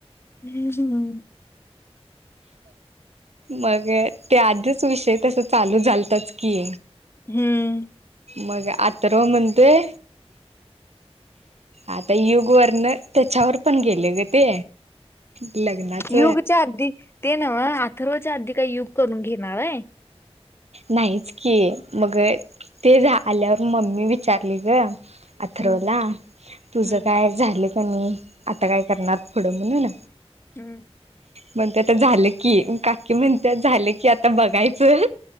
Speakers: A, on the left; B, on the right.
A: हम्म हम्म
B: मग ते आधीच विषय तस चालू झालतच की
A: हम्म
B: मग अथर्व म्हणतोय आता युग वरन त्याच्यावर पण गेले ग ते. लग्नाच
A: युगच्या आधी ते नव्ह अथर्वच्या आधी काही युग करून घेणार हाय.
B: नाहीच की मग ते, झा आल्यावर मम्मी विचारली गं. अर्थरवला
A: हम्म
B: तुझं
A: हम्म
B: काय झालं कणी, आता काय करणार पुढं म्हणून.
A: हम्म
B: म्हणते आता झालं की, काकी म्हणते झालं की आता बघायचं.